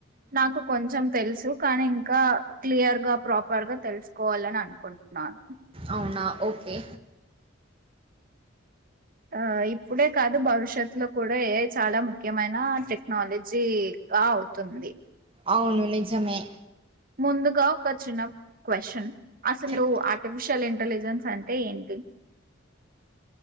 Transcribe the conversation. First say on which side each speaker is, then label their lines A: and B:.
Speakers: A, on the right; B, on the right.
A: నాకు కొంచం తెలుసు కానీ ఇంకా క్లియర్ గ ప్రాపర్ గా తెలుసుకోవాలని అనుకుంటున్నాను
B: అవునా ఓకే
A: ఆ ఇప్పుడే కాదు భవిష్యత్ లో కూడా ఏ ఐ చాలా ముఖ్యమైన టెక్నాలజీ జీకా అవుతుంది
B: అవును నిజమే
A: ముందుగా ఒక చిన్న క్వశ్చన్ అసలు
B: చెప్
A: ఆర్టిఫిషియల్ ఇ ఇంటలిజన్స్ అంటే ఏంటి